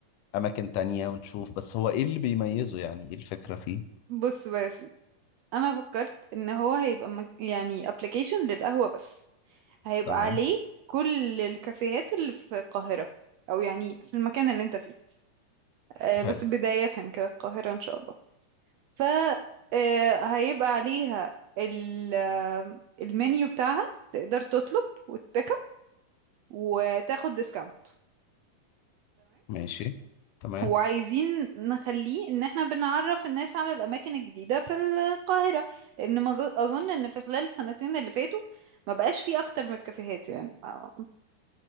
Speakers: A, on the left; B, on the right.
A: اماكن تانية ونشوف بس هو ايه اللي بيميزه يعني ايه الفكره فيه
B: بص بقى يا سيدي انا فكرت ان هو هيبقى مك... يعني ابلكيشن للقهوة بس هيبقى
A: تمام
B: عليه كل الكافيهات اللي في القاهرة او يعني في المكان اللي انت فيه آه بس
A: حلو
B: بداية كده القاهرة ان شاء الله ف آه، هيبقى عليها ال... آه، المنيو بتاعها تقدر تطلب وتبيك اب وتاخد ديسكاونت
A: ماشي تمام
B: وعايزين نخليه ان احنا بنعرف الناس على الاماكن الجديدة في القاهرة لان ما ظ- اظن ان في خلال السنتين اللي فاتوا ما بقاش فيه اكتر من الكافيهات يعني ما-